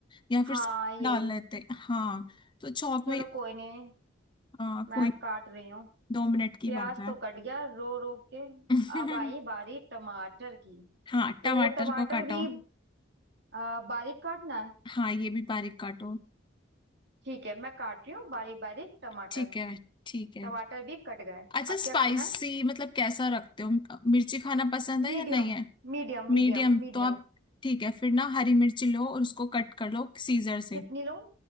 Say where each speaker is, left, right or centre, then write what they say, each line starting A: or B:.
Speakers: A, on the left; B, on the right.
A: या
B: हाँ
A: फिर
B: यही
A: डाल लेते हाँ तो चौक
B: चलो
A: में
B: कोई नहीं
A: हाँ
B: मैं
A: कोई
B: काट रही हूँ
A: दो मिनट की
B: प्याज
A: बात है
B: तो कट गया रो रो के
A: <laughs>
B: अब आई बारी टमाटर की
A: हाँ
B: तो
A: टमाटर
B: टमाटर
A: को काटो
B: भी आ, बारीक काटना है
A: हाँ ये भी बारीक काटो
B: ठीक है मैं काट रही हूँ बारीक बारीक टमाटर
A: ठीक है ठीक है
B: टमाटर भी कट गए
A: अच्छा
B: अब
A: स्पाइसी
B: क्या करना है
A: मतलब कैसा रखते हो मिर्ची खाना पसंद
B: मीडियम
A: है या नहीं है
B: Medium medium
A: मीडियम
B: medium
A: तो आप ठीक है फिर ना हरी मिर्ची लो और उसको कट कर लो सीजर से
B: कितनी लूं